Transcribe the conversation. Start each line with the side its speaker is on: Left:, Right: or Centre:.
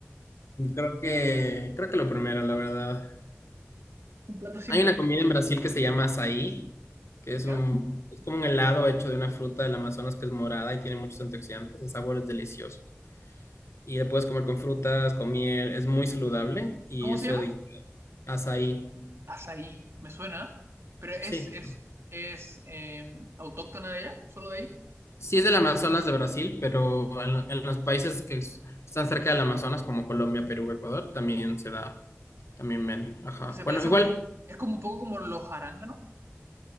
Left: Creo que, creo que lo primero, la verdad.
Right: Un plato siempre,
Left: Hay una comida en Brasil que se llama açaí, que
Right: ¿ya?
Left: es un, es como un helado hecho de una fruta del Amazonas que es morada y tiene muchos antioxidantes. El sabor es delicioso. Y lo puedes comer con frutas, con miel, es muy saludable y
Right: ¿Cómo
Left: eso
Right: se llama?
Left: de açaí.
Right: Azaí, me suena, pero es,
Left: Sí,
Right: es, es eh, autóctona de allá, solo de ahí.
Left: Sí es del Amazonas de Brasil, pero en, en los países que es- están cerca del Amazonas, como Colombia, Perú, Ecuador, también se da, también ven. Ajá.
Right: Se parece
Left: Bueno, igual
Right: un poco, es como un poco como los arándanos.